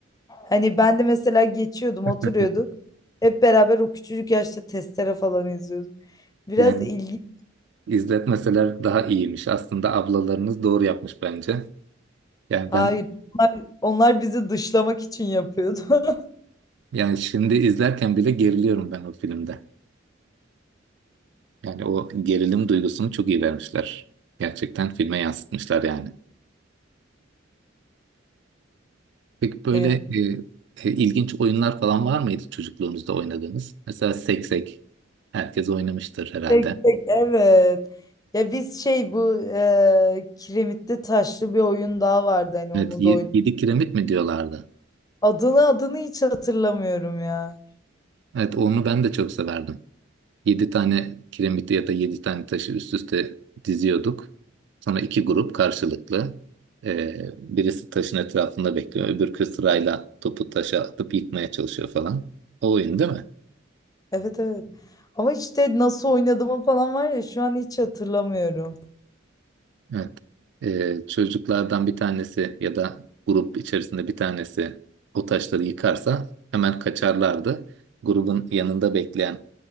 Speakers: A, on the left; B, on the right.
A: Hani ben de mesela geçiyordum,
B: <laughs>
A: oturuyorduk. Hep beraber o küçücük yaşta testere falan izliyorduk. Biraz
B: Yani
A: ilginç.
B: izletmeseler daha iyiymiş. Aslında ablalarınız doğru yapmış bence. Yani
A: Hayır.
B: ben
A: Onlar bizi dışlamak için yapıyordu. <laughs>
B: yani şimdi izlerken bile geriliyorum ben o filmde. Yani o gerilim duygusunu çok iyi vermişler. Gerçekten filme yansıtmışlar yani. Peki böyle
A: Evet.
B: e, e, ilginç oyunlar falan var mıydı çocukluğunuzda oynadığınız? Mesela seksek. Herkes oynamıştır herhalde.
A: Tek tek evet. Ya biz şey bu e, kiremitli taşlı bir oyun daha vardı hani
B: Evet,
A: onu
B: ye-
A: da oyun.
B: yedi kiremit mi diyorlardı?
A: Adını adını hiç hatırlamıyorum ya.
B: Evet, onu ben de çok severdim. Yedi tane kiremiti ya da yedi tane taşı üst üste diziyorduk. Sonra iki grup karşılıklı. e, birisi taşın etrafında bekliyor. Öbürkü sırayla topu taşa atıp yıkmaya çalışıyor falan. O oyun değil mi?
A: Evet evet. Ama işte nasıl oynadığımı falan var ya şu an hiç hatırlamıyorum.
B: Evet. Ee, çocuklardan bir tanesi ya da grup içerisinde bir tanesi o taşları yıkarsa hemen kaçarlardı. Grubun yanında bekleyen,